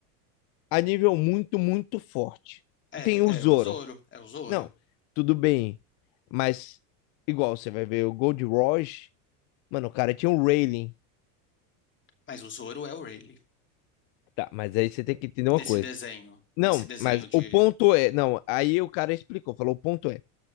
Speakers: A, on the left; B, on the left.
A: a nível muito, muito forte. Tem
B: É,
A: o Zoro
B: é o Zoro, é o Zoro.
A: Não, tudo bem. Mas, igual, você vai ver o Gold Rush. Mano, o cara tinha um railing.
B: Mas o Zoro é o Rayleigh.
A: Tá, mas aí você tem que entender
B: Nesse
A: uma coisa.
B: desenho,
A: Não,
B: nesse desenho
A: mas
B: de...
A: o ponto é. Não, aí o cara explicou, falou: o ponto é.